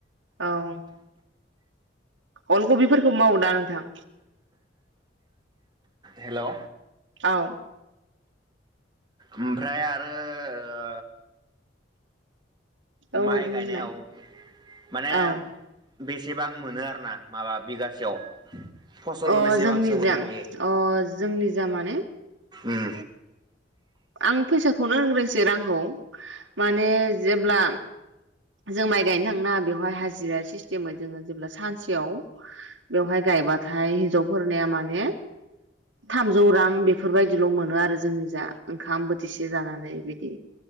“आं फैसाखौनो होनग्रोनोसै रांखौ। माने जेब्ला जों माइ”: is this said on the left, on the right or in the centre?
Right